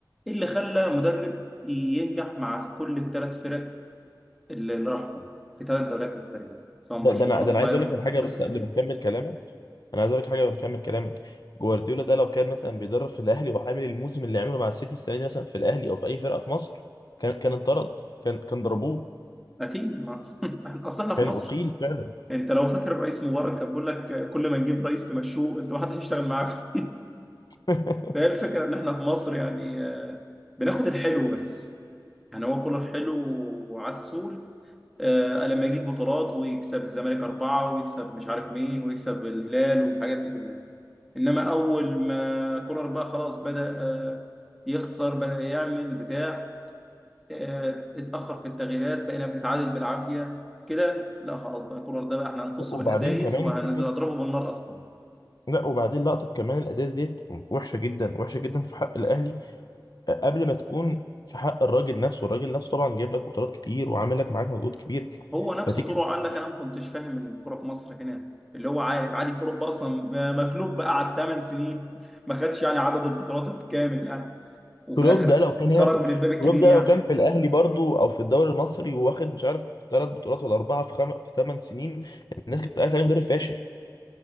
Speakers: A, in the centre; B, on the left (about 60°).
A: إيه اللي خلى مدرب ينجح مع كل الثلاث فرق اللي اللي راحهم في ثلاث دوريات مختلفه سواء
B: ده,
A: برشلونه
B: ده انا ده
A: وبايرن
B: انا عايز اقول
A: مانشستر
B: لك على حاجه بس
A: سيتي
B: قبل ما اكمل كلامك انا عايز اقول لك حاجه قبل ما اكمل كلامك جوارديولا ده لو كان مثلا بيدرب في الاهلي وعامل الموسم اللي عمله مع السيتي السنه دي مثلا في الاهلي او في اي فرقه في مصر كان كان انطرد كان كان ضربوه
A: اكيد ما <laughs> اصل احنا
B: كان
A: في مصر
B: اقيل فعلا
A: انت لو فاكر الرئيس مبارك كان بيقول لك كل ما نجيب رئيس تمشوه انت ما حدش يشتغل معاك
B: <laughs>
A: فهي الفكرة إن إحنا في مصر يعني آه، بناخد الحلو بس يعني هو كل الحلو وعسول آه لما يجيب بطولات ويكسب الزمالك أربعة ويكسب مش عارف مين ويكسب الهلال والحاجات دي كلها إنما أول ما كولر بقى خلاص بدأ آه يخسر بدأ يعمل بتاع آه اتأخر في التغييرات بقينا بنتعادل بالعافية كده لا خلاص بقى كولر ده بقى إحنا هنقصه
B: وبعدين
A: بالأزايز
B: كمان
A: وهنضربه
B: فكره
A: بالنار أصلا
B: لا وبعدين لقطه كمان الازاز ديت وحشه جدا وحشه جدا في حق الاهلي قبل ما تكون في حق الراجل نفسه الراجل نفسه طبعا جايب لك بطولات كتير وعامل لك معاك مجهود كبير
A: هو نفسه
B: فتيجي
A: طلع قال لك انا ما كنتش فاهم الكوره في مصر هنا اللي هو عارف عادي في اوروبا اصلا م- مكلوب بقى على 8 سنين <laughs> ما خدش يعني عدد البطولات الكامل يعني وفي
B: كلوب
A: الاخر
B: ده لو كان
A: خرج
B: هنا في
A: من الباب الكبير
B: كلوب ده
A: يعني
B: لو كان في الاهلي برضو او في الدوري المصري وواخد مش عارف ثلاث بطولات ولا اربعه في خم... في ثمان سنين الناس كانت قاعده عليه مدرب فاشل